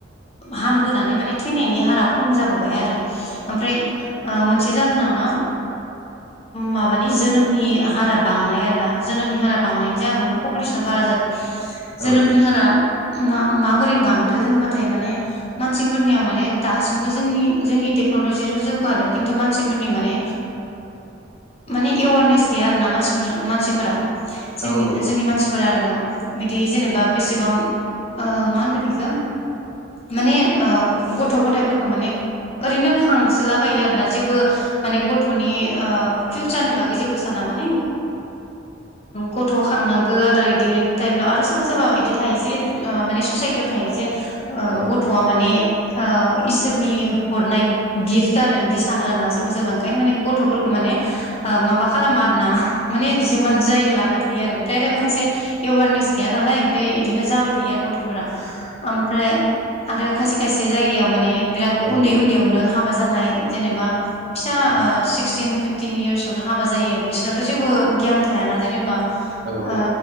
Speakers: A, on the left; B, on the right.
A: हामबोनानै माने थैनायनि हारा खम जाबोबाय आरो ओमफ्राय मोनसे जाहोना मा माबानि जोनोमनि हारा बांनाय आरो ना जोनोमनि हारा बांनायनि जाहोनावनो पपुलेसना बारा जादों जोनोमनि
B: औ
A: हरा म माबोरै बांदो होनबाथाय माने मानसिफोरनिया माने दासिमबो जोंनि जोंनि टेक्न'लजियाथ' जौगादों खिन्थु मानसिफोरनि माने माने एवारनेस गैया आरोना मानसिफोर मानसिफोरा जोंनि
B: औ औ
A: जोंनि मानसिफोरा आरो ना बिदि जेनेबा बेसेबां मा होनगोन बेखौ मान गथ' गथाइफोरखौ माने ओरैनो खांसोलाबायो आरोना जेबो माने गथ'नि फिउचारनि बागै जेबो साना माने गथ' खांनांगो आरो बिदि टाइपल' आरो सोरबा सोरबा बिदि थायो जे माने ससाइटियाव थायो जे
B: औ
A: गथ'आ माने ओ इसोरनि हरनाय गिफ्ट आरो बिदि सानो आरो ना सोरबा सोरबा ओंखायनो माने गथ'फोरखौ माने ओ माबा खालामा आरो ना माने जिमान जायो लाबाय थायो आरो ओमफ्राइ आरो खायसे एवारनेस गैया नालाय ओमफ्राय इदिनो जाबाय थायो आरो गथ'फोरा ओमफ्राय आरो खायसे खायसे जायगायाव माने बिराद
B: औ
A: उन्दै उन्दैयावनो हाब हाबा जानाय जेनेबा फिसा
B: उम
A: ओ सिक्सटिन फिप टिन इयार्सआवनो हाबा जायो बिसोरहाथ' जेबो गियान थायाना जेनेबा
B: औ
A: आ